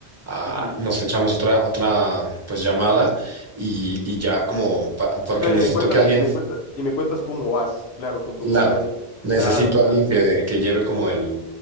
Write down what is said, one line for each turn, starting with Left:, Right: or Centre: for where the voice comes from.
Right: ah,
Left: Ujú.
Right: nos echamos otra, otra pues llamada y, y ya como pa- porque
Left: Claro,
Right: necesito
Left: y me cuentas,
Right: que alguien
Left: y me cuentas, y me cuentas cómo vas, claro, con tu
Right: Claro,
Left: progreso.
Right: necesito
Left: Claro, claro.
Right: a alguien que, que lleve como el,